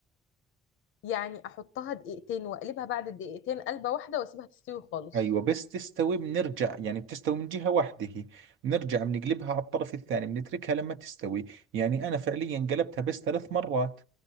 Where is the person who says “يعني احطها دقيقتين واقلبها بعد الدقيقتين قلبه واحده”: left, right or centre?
Left